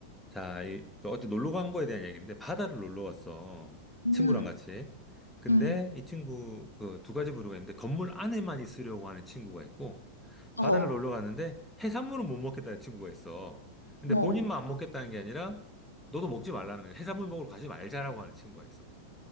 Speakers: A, in the centre; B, on the left.
A: 자, 이, 또 어디 놀러 간 거에 대한 얘기인데 바다를 놀러 왔어.
B: 응,
A: 친구랑 같이. 근데
B: 응,
A: 이 친구 그 두 가지 부류가 있는데 건물 안에만 있으려고 하는 친구가 있고
B: 어,
A: 바다를 놀러 갔는데 해산물은 못 먹겠다는 친구가 있어. 근데
B: 어.
A: 본인만 안 먹겠다는 게 아니라 너도 먹지 말라는 거야. 해산물 먹으러 가지 말자라고 하는 친구가 있어.